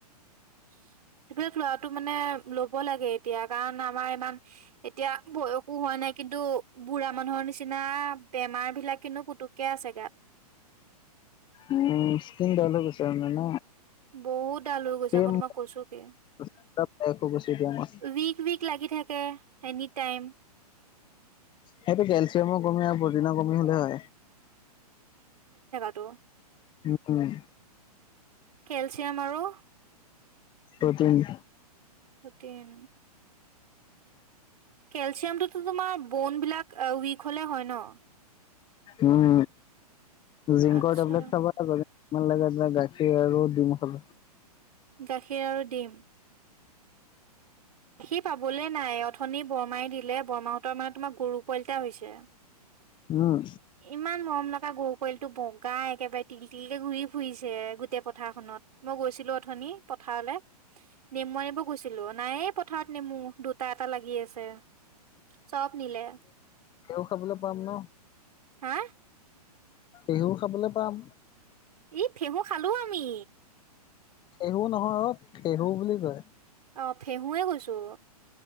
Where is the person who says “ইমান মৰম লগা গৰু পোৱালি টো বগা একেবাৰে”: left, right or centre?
Right